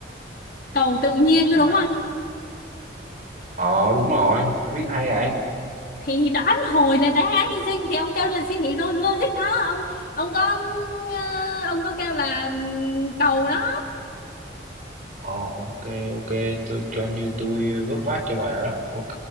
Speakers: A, on the left; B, on the right.
A: cầu tự nhiên có
B: mà
A: đúng không
B: ờ đúng rồi tao biết hay à
A: Thì đoán hồi là ra như sinh Thì ông kêu là suy nghĩ lo- logic đó Ông ông có ừm, ờ, ông có kêu là ừm, cầu đó
B: Ờ, ok ok tôi cho như tôi vớt vát cho bà đó ok